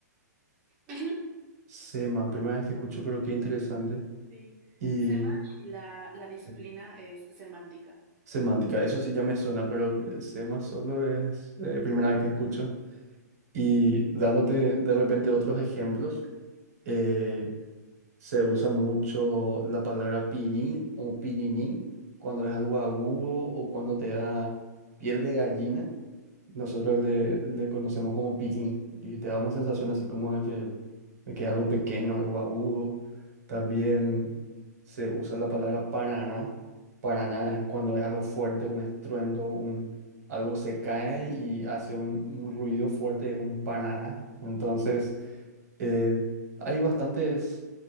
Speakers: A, on the right; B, on the right.
A: Ujú.
B: SEMA, primera vez que escucho, pero qué interesante.
A: Sí,
B: Y
A: SEMA y la, la disciplina
B: Sí.
A: es semántica.
B: semántica, eso sí ya me suena, pero que SEMA solo es eh, primera vez que escucho. Y dándote
A: Sí,
B: de repente otros ejemplos, eh, Se usa mucho la palabra pillín o pillinín cuando es algo agudo o cuando te da piel de gallina. Nosotros le, le conocemos como pillín y te da una sensación así como de que, de que es algo pequeño, algo agudo. También se usa la palabra paraná. Paraná es cuando es algo fuerte, un estruendo, un, algo se cae y hace un, un ruido fuerte, es un paraná. Entonces... Eh, hay bastantes